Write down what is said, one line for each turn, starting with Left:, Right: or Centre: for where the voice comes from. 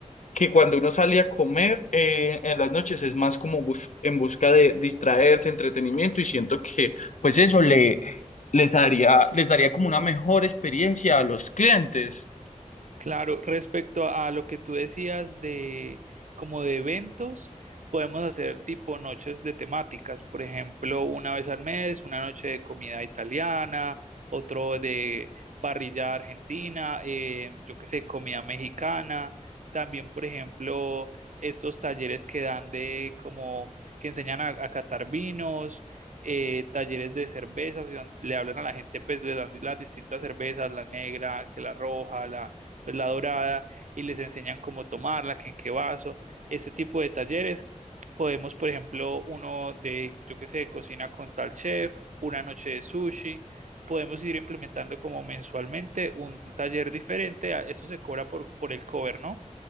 Left: que cuando uno sale a comer eh, en las noches es más como bus- en busca de distraerse, entretenimiento y siento que pues eso le les daría les daría como una mejor experiencia a los clientes.
Right: Claro, respecto a lo que tú decías de como de eventos, podemos hacer tipo noches de temáticas, por ejemplo, una vez al mes, una noche de comida italiana, otro de parrilla argentina, eh, yo qué sé, comida mexicana, también, por ejemplo, estos talleres que dan de como que enseñan a, a catar vinos. eh, talleres de cervezas, y don- le hablan a la gente, pues le dan las distintas cervezas, la negra, que la roja, la, pues, la dorada y les enseñan cómo tomarla, que en qué vaso, este tipo de talleres. Podemos, por ejemplo, uno de, yo qué sé, cocina con tal chef, una noche de sushi. Podemos ir implementando como mensualmente un taller diferente. a- Eso se cobra por, por el cover, ¿no?